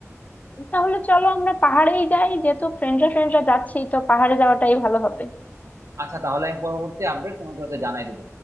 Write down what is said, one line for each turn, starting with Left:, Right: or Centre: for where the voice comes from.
Left: তাহলে চলো আমরা পাহাড়েই যাই যেহেতু ফ্রেন্ডরা ফ্রেন্ডরা যাচ্ছি তো পাহাড়ে যাওয়াটাই ভালো হবে
Right: আচ্ছা তাহলে আমি পরবর্তী আপডেট তোমাকে হচ্ছে জানাই দিব